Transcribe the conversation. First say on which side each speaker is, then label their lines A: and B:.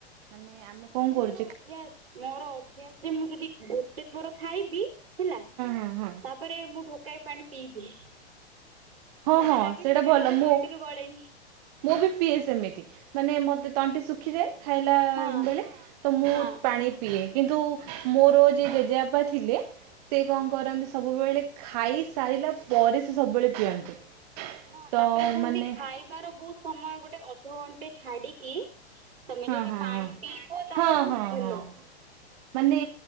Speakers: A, on the right; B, on the right.
A: ମାନେ ଆମେ କଣ
B: ମୋର
A: କରୁ
B: ଅଭ୍ୟାସ ମୋର ଅଭ୍ୟାସ ଯେ ମୁଁ ଯଦି ଗୋଟେ ଥର ଖାଇବି ହେଲା
A: ହଁ ହଁ
B: ତାପରେ ମୁଁ ଢକାଇ ପାଣି ପିଇବି।
A: ହଁ
B: ମତେ
A: ହଁ
B: ଲାଗେ
A: ସେଇଟା ଭଲ
B: ନହେଲେ
A: ମୁଁ
B: ତଣ୍ଟିରୁ ଗଳେନି।
A: ମୁଁ ବି ପିଏ ସେମିତି ମାନେ ମତେ ତଣ୍ଟି ସୁଖ- ଶୁଖିଯାଏ ଖାଇଲା
B: ହଁ
A: ବେଳେ ତ ମୁଁ
B: ହଁ
A: ପାଣି ପିଏ। କିନ୍ତୁ ମୋର ଯିଏ ଜେଜେବାପା ଥିଲେ ସେ
B: ହଁ
A: କଣ କରନ୍ତି ସବୁବେଳେ ଖାଇ ସାରିଲା ପରେ ସେ ସବୁବେଳେ ପିଅନ୍ତି।
B: ହଁ
A: ତ
B: ତାପରେ କୁହନ୍ତି
A: ମାନେ
B: ଖାଇବାର ବହୁତ ସମୟ ଗୋଟେ ଅଧ ଘଣ୍ଟେ ଛାଡିକି ତମେ
A: ହଁ
B: ଯଦି
A: ହଁ
B: ପାଣି
A: ହଁ
B: ପିଇବ ତାହେଲେ
A: ହଁ
B: ବହୁତ
A: ହଁ
B: ଭଲ।
A: ହଁ ମାନେ